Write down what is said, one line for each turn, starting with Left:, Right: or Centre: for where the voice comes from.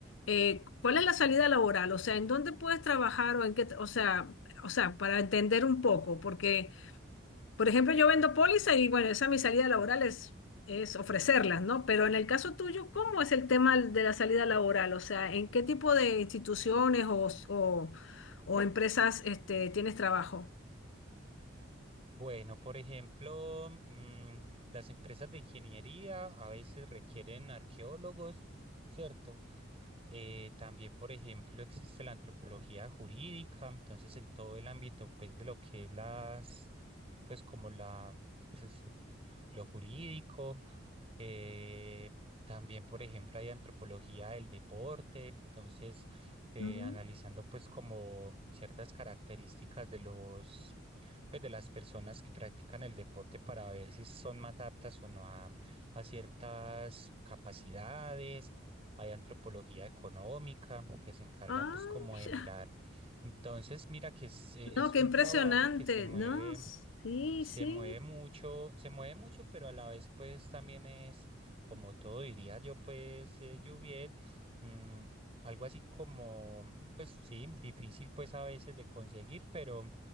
Left: Eh, ¿cuál es la salida laboral? O sea, ¿en dónde puedes trabajar o en qué, tra- o sea, o sea, para entender un poco, porque por ejemplo, yo vendo póliza y bueno, esa es mi salida laboral es, es ofrecerlas, ¿no? Pero en el caso tuyo, ¿cómo es el tema de la salida laboral? O sea, ¿en qué tipo de instituciones o, o- o empresas este, tienes trabajo?
Right: Bueno, por ejemplo, mm, las empresas de ingeniería a veces requieren arqueólogos, ¿cierto? Eh, también, por ejemplo, existe la antropología jurídica, entonces en todo el ámbito, pues, de lo que es las, pues, como la, pues, es, eh, lo jurídico. Eh, también, por ejemplo, hay antropología del deporte, entonces, eh,
Left: Mm,
Right: analizando, pues, como ciertas características de los, pues, de las personas que practican el deporte para ver si son más aptas o no a, a ciertas capacidades hay antropología económica que se encarga
Left: Ah,
Right: pues como
Left: mira.
Right: de mirar. Entonces, mira que es, eh,
Left: no,
Right: es
Left: qué
Right: un
Left: impresionante,
Right: trabajo que se mueve,
Left: ¿no? Sí,
Right: se
Left: sí.
Right: mueve mucho, se mueve mucho, pero a la vez pues también es, como todo diría yo pues, eh, Juviet, mm, algo así como, pues sí, difícil pues a veces de conseguir, pero,